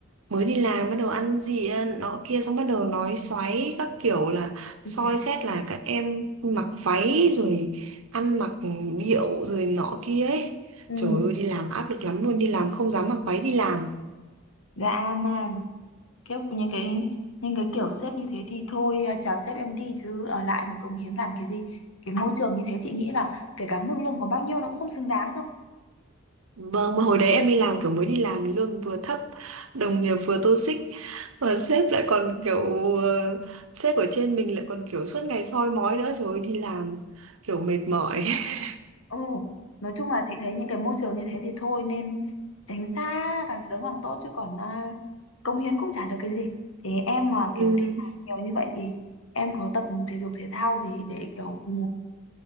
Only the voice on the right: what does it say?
mới đi làm Bắt đầu ăn gì ờ, nọ kia Xong bắt đầu nói xoáy các kiểu là
Soi
xét là các em mặc váy Rồi ăn mặc điệu Rồi nọ kia ấy
Trời ơi đi làm áp lực lắm luôn Đi làm không dám mặc váy đi làm
Vâng, mà hồi đấy em đi làm kiểu mới đi làm lương vừa thấp, đồng nghiệp vừa toxic, mà sếp lại còn kiểu ờ, sếp ở trên mình lại còn kiểu suốt ngày soi mói nữa, trời ơi đi làm kiểu mệt mỏi. <laughs>
Ừm,